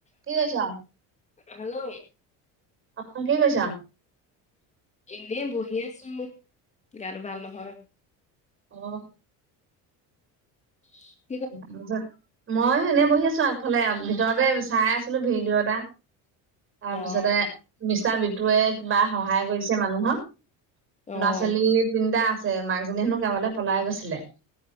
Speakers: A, on the right; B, on the left.
A: কি কৰিছা?
B: হেল্ল'।
A: অ', কি কৰিছা?
B: এনেই বহি আছোঁ, গাটো ভাল নহয়।
A: অ'।
B: <unintelligible>
A: তাৰপিছত, মইয়ো এনে বহি আছোঁ আগফালে, ভিতৰতে চাই আছিলো ভিডিঅ' এটা, তাৰপিছতে
B: অ',
A: মিষ্টাৰ বিটুৱে কিবা সহায় কৰিছে মানুহক,
B: অ',
A: ল'ৰা ছোৱালী তিনিটা আছে, মাকজনী হেনো কাৰবালৈ পলাই গৈছিলে।